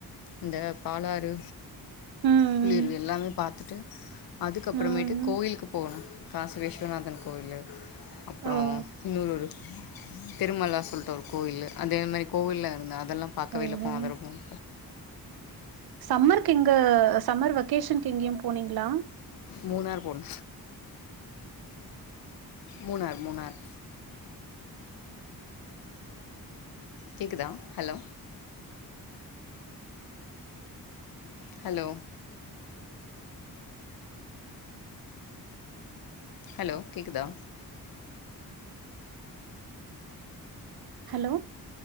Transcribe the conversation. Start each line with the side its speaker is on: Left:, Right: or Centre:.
Left: இந்த பாலாறு
Right: ம்
Left: புலியருவி
Right: ம்
Left: எல்லாமே பாத்துட்டு அதுக்கப்பறமேட்டு
Right: ம்
Left: கோயிலுக்கு போகணு காசி விஸ்வநாதன் கோயிலு அப்றோ
Right: ஓ
Left: இன்னொரு ஒரு திருமலா சொல்ட்டு ஒரு கோயிலு அதே மாரி கோவில்ல இருந்தா ல்லாம் பாக்கவேல்ல
Right: ஓஹோ
Left: போனழழ்தரவ போம்
Right: சம்மருக்கு இங்க சம்மர் வெக்கேஷன்க்கு எங்கியு போனீங்களா
Left: மூணார் போனோ மூணார் மூணார் கேக்குதா ஹலோ ஹலோ ஹலோ கேக்குதா
Right: ஹலோ